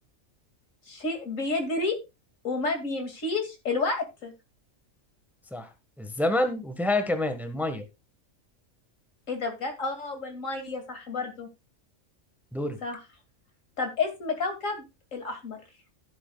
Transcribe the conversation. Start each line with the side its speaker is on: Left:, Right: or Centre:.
Left: شيء بيجري وما بيمشيش الوقت
Centre: صح الزمن وفي حاجة كمان المية
Left: ايه ده بجد اه والمية صح برضو
Centre: دورك
Left: صح طب اسم كوكب الأحمر